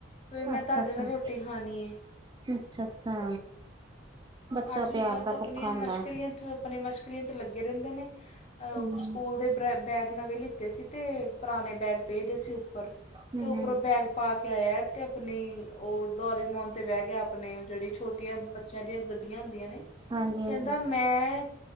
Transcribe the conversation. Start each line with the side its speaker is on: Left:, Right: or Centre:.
Left: ਵੀ ਮੈਂ
Right: ਅੱਛਾ
Left: ਤੁਹਾਡੇ
Right: ਅੱਛਾ
Left: ਨਾ ਰੋਟੀ ਖਾਣੀ ਏ।
Right: ਅੱਛਾ ਅੱਛਾ! ਬੱਚਾ
Left: ਅੱਜ ਵੀ
Right: ਪਿਆਰ
Left: ਬਸ
Right: ਦਾ
Left: ਆਪਣੀਆਂ
Right: ਭੁੱਖਾ ਹੁੰਦਾ
Left: ਮਸ਼ਕਰੀਆਂ 'ਚ, ਆਪਣੀਆਂ ਮਸ਼ਕਰੀਆਂ 'ਚ ਲੱਗੇ ਰਹਿੰਦੇ ਨੇ।
Right: ਹਮ
Left: ਅ ਸਕੂਲ ਦੇ ਬੈ ਬੈਗ ਨਵੇਂ ਲਿੱਤੇ ਸੀ ਤੇ ਪੁਰਾਣੇ ਬੈਗ ਪਏ ਦੇ ਸੀ ਉੱਪਰ।
Right: ਹਮ
Left: ਤੇ ਉਪਰੋਂ ਬੈਗ ਪਾ ਕੇ ਆਇਆ ਤੇ ਆਪਣੀ, ਓ ਡੋਰੀਮੋਨ ਤੇ ਬਹਿ ਗਿਆ। ਓ ਜਿਹੜੀ ਛੋਟੀਆਂ ਬੱਚਿਆਂ ਦੀਆਂ ਗੱਡੀਆਂ ਹੁੰਦੀਆਂ ਨੇ,
Right: ਹਾਂਜੀ
Left: ਕਹਿੰਦਾ
Right: ਹਾਂਜੀ
Left: ਮੈਂ,